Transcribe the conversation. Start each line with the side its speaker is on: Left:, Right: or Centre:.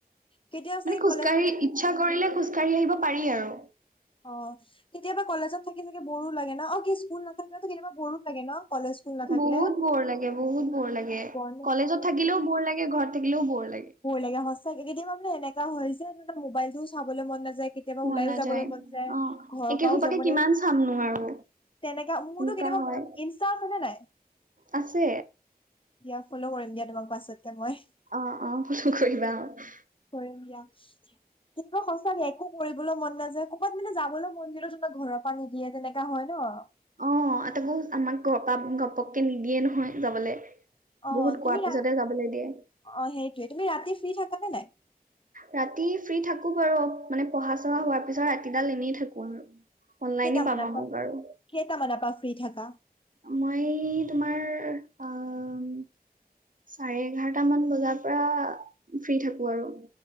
Left: কেতিয়াও
Right: মানে
Left: চাগে
Right: খোজকাঢ়ি
Left: কলেজ নাথাকি
Right: ইচ্ছা কৰিলে খোজ কাঢ়ি আহিব পাৰি আৰু।
Left: অ', কেতিয়াবা কলেজত থাকি চাগে ব'ৰো ন' অ', কিচ স্কুল নাথাকিলেতো কেতিয়াবা ব'ৰো লাগে ন' কলেজ স্কুল নাথাকিলে?
Right: বহুত বৰ লাগে বহুত বৰ লাগে।
Left: বৰ
Right: কলেজত থাকিলেও বৰ লাগে। ঘৰত থাকিলেও বৰ লাগে।
Left: ভয় লাগে সঁচাকে কেতিয়াবা মানেএনেকা হৈযে <unintelligible> মোবাইলটো চাবলৈ মন নাযায়, কেতিয়াবা
Right: মন
Left: ওলাইও
Right: নাযায়
Left: যাবলৈ মন ঘৰ
Right: অ একে
Left: পাওঁ
Right: সোপাকে
Left: যাবলে-
Right: কিমান চামনো আৰু
Left: তেনেকা মোৰটো
Right: এনেকুৱা
Left: কেতিয়াবা
Right: হয়।
Left: মই, ইনষ্টা আছে নে নাই?
Right: আছে।
Left: দিয়া ফলো কৰিম দিয়া তোমাক পাছতকে মই।
Right: অ' অ' <unintelligible> কৰিবা অ'।
Left: কৰিম দিয়া। কিন্তু সঁচাকে, একো কৰিবলৈ মন নাযায় ক- ক'বাত মানে যাবলৈ মন গ'লেওচোন তই ঘৰৰ পা যাব নিদিয়ে, তেনেকা হয় ন'।
Right: অ' আ তাকো আমাক ঘৰৰ পা ঘপক্কে নিদিয়ে নহয় যাবলে।
Left: অ'
Right: বহুত কোৱাৰ
Left: তুমি
Right: পিছতে
Left: ৰাত অ
Right: যাবলৈ দিয়ে।
Left: সেইটোৱে তুমি ৰাতি ফ্ৰী থাকা নে নাই?
Right: ৰাতি ফ্ৰী থাকোঁ বাৰু। মানে পঢ়া-চঢ়া হোৱাৰ পিছত ৰাতিডাল এনেই থাকোঁ আৰু। অনলাইনে
Left: কেইটামানৰ
Right: পাবা
Left: পা
Right: মোক আৰু।
Left: কেইটামানৰ পা ফ্ৰী থাকা?
Right: অ', মই তোমাৰ অ' - উম, চাৰে এঘাৰটামান বজাৰ পৰা ফ্ৰী থাকো আৰু।